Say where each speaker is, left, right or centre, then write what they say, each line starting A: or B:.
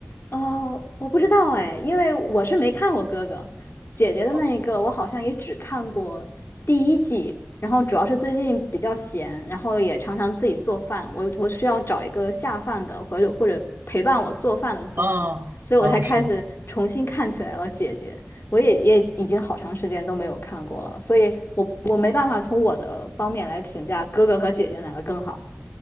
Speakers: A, on the left (about 65°); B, on the right (about 60°).
A: 哦，我不知道哎，因为我是没看过哥哥姐姐的那一个，
B: 啊
A: 我好像也只看过第一季，然后主要是最近比较闲，然后也常常自己做饭，我我需要找一个下饭的或者或者陪伴我做饭的综艺，
B: 啊，
A: 所以我才开始重新看起来了姐姐，
B: 啊是
A: 我也也已经好长时间都没有看过了，所以我我没办法从我的方面来评价哥哥和姐姐哪个更好。